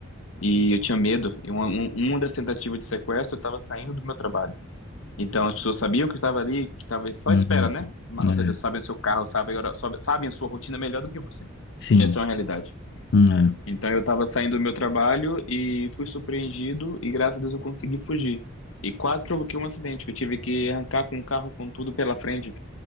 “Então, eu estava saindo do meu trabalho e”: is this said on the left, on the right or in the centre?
Left